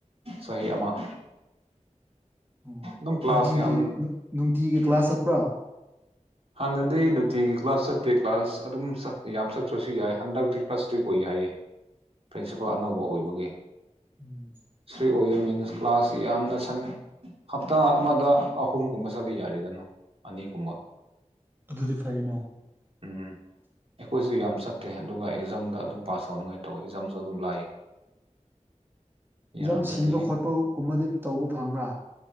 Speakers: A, on the right; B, on the right.
A: ꯆꯍꯤ ꯑꯃ-꯫
B: ꯎꯝ
A: ꯗꯨꯝ ꯀ꯭ꯂꯥꯁ
B: ꯅꯨꯡꯇꯤꯒꯤ
A: ꯌꯝ
B: ꯅꯨꯡꯇꯤꯒꯤ ꯀ꯭ꯂꯥꯁ
A: ꯎꯝ
B: ꯆꯠꯄ꯭ꯔꯥ
A: ꯍꯥꯟꯅꯗꯤ ꯅꯨꯇꯤꯒꯤ ꯀ꯭ꯂꯥꯁ ꯆꯠꯇꯦ ꯀ꯭ꯂꯥꯁ ꯑꯗꯨꯝ ꯆꯠꯇꯦ ꯌꯥꯝ ꯆꯠꯇ꯭ꯔꯁꯨ ꯌꯥꯏ ꯍꯟꯗꯛꯇꯤ ꯈ꯭ꯔ ꯁꯇ꯭ꯔꯤꯛ ꯑꯣꯏ ꯍꯥꯏꯌꯦ꯫ ꯄ꯭ꯔꯤꯟꯁꯤꯄꯥꯜ ꯑꯅꯧꯕ ꯑꯣꯏꯕꯒꯤ꯫
B: ꯎꯝ
A: ꯁ꯭ꯔꯤꯛ ꯑꯣꯏꯌꯦ ꯃꯤꯟꯁ ꯀ꯭ꯂꯥꯁꯁꯤ ꯌꯥꯝꯅ ꯁꯟꯅ ꯍꯞꯇꯥ ꯑꯃꯗ ꯑꯍꯨꯝꯒꯨꯝꯕ ꯆꯠꯂꯤ ꯌꯥꯔꯦꯗꯅ ꯑꯅꯤꯒꯨꯝꯕ꯫
B: ꯑꯗꯨꯗꯤ ꯐꯩꯅꯦ꯫ <inaudible>
A: ꯎꯝ ꯑꯩꯈꯣꯏꯁꯨ ꯌꯥꯝ ꯆꯠꯇꯦ ꯑꯗꯨꯒ ꯑꯦꯛꯖꯥꯝꯗ ꯑꯗꯨꯝ ꯄꯥꯁ ꯇꯧꯅꯉꯥꯏ ꯇꯧꯋꯦ ꯑꯦꯛꯖꯥꯝꯁꯨ ꯑꯗꯨꯝ ꯂꯥꯏꯌꯦ꯫
B: ꯑꯦꯛꯖꯝ
A: ꯌꯥꯕꯅꯦ
B: ꯁꯤꯟꯕ ꯈꯣꯠꯄꯒꯨꯝꯕꯗꯤ ꯇꯧꯕ ꯐꯪꯕ꯭ꯔꯥ?